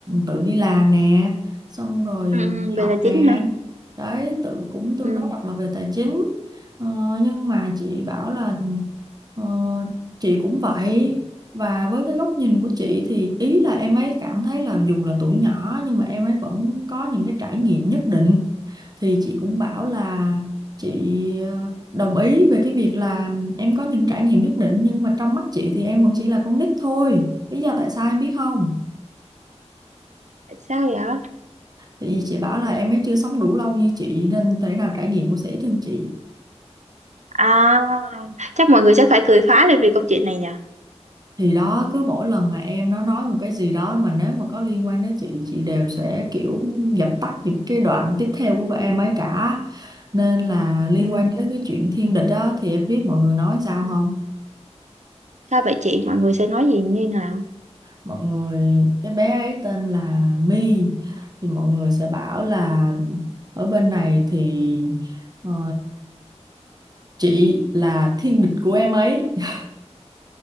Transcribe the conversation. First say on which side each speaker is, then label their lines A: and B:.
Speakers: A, on the right; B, on the right.
A: tự đi làm nè xong rồi
B: ừ, ừ, vậy
A: học
B: là
A: nè
B: chính hả?
A: đấy tự cũng tương
B: Ừ,
A: đối độc lập về tài chính ờ, nhưng mà chị bảo là ờ, chị cũng vậy và với cái góc nhìn của chị thì ý là em ấy cảm thấy là dù là tuổi nhỏ nhưng mà em ấy vẫn có những cái trải nghiệm nhất định thì chị cũng bảo là chị ờ, đồng ý về cái việc là em có những trải nghiệm nhất định nhưng mà trong mắt chị thì em vẫn chỉ là con nít thôi lý do tại sao em biết không
B: tại sao vậy?
A: thì chị bảo là em ấy chưa sống đủ lâu như chị nên thể nào trải nghiệm cũng sẽ ít hơn chị
B: À, chắc mọi người sẽ phải cười phá lên vì câu chuyện này nhỉ?
A: thì đó cứ mỗi lần mà em nó nói một cái gì đó mà nếu mà có liên quan đến chị chị đều sẽ kiểu dập tắt những cái đoạn tiếp theo của bọn em ấy cả nên là liên
B: Ừ.
A: quan tới cái chuyện thiên địch đó thì em biết mọi người nói sao
B: ừ.
A: không
B: Sao vậy chị? Mọi người sẽ nói gì như nào?
A: mọi người cái bé ấy tên là My thì mọi người sẽ bảo là ở bên này thì ờ, chị là thiên địch của em ấy <laughs>